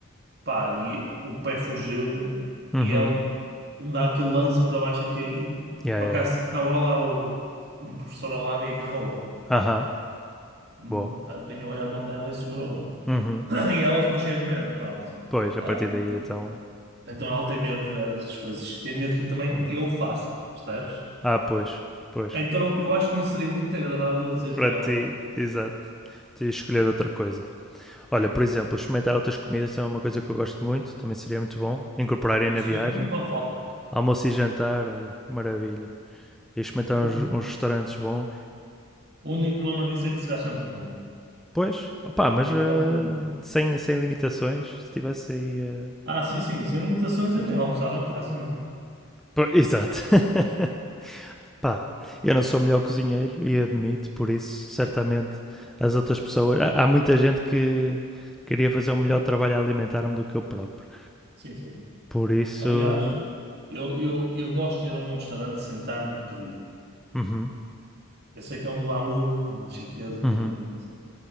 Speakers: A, on the right; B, in the centre.
A: Pá, e o pé fugiu-lhe
B: Uhum.
A: e ela dá aquele lance para baixo a cair.
B: Yeah,
A: Por
B: yeah,
A: acaso
B: yeah.
A: estava lá o, um professor ao lado e agarrou-a.
B: Aham.
A: Hum,
B: Boa.
A: Apanhou-lhe a mão dela e segurou-a.
B: Uhum.
A: <clears throat> E ela ficou cheia de medo, pronto.
B: Pois, a partir
A: Hum,
B: daí então.
A: então ela tem medo dessas coisas. Tem medo que também
B: tô
A: eu
B: a
A: faça, percebes?
B: Ah, pois. Pois.
A: Então eu acho que não seria muito agradável dizer-lhe
B: Para
A: a ela
B: ti,
A: que ia fazer.
B: exato. Tens de escolher outra coisa. Olha,
A: Yeah.
B: por exemplo, experimentar outras comidas também é uma coisa que eu gosto muito. Também seria muito bom. Incorporarem
A: Isso
B: na viagem.
A: aí não pode faltar.
B: Almoço e jantar, olha, maravilha. E experimentar
A: O
B: uns, uns restaurantes bons.
A: o único problema disso é que se gasta muito dinheiro.
B: Pois, opá, mas
A: Eu
B: eh,
A: falo por mim.
B: sem, sem limitações. Se tivesse aí. eh,
A: Ah, sim, sim, sem limitações
B: Seria.
A: eu nem almoçava em casa nunca.
B: Pô, Exato. <laughs> Pá, eu não sou o melhor cozinheiro e admito, por isso, certamente, as outras pessoas. Há, há muita gente que queria fazer um melhor trabalho a alimentar-me do que eu próprio.
A: Sim, sim.
B: Por isso.
A: Aliás, eu, eu, eu gosto de ir a um restaurante, sentar-me e pedir.
B: Uhum,
A: Eu sei que é um glamour, uma chiqueza,
B: uhum.
A: digamos assim.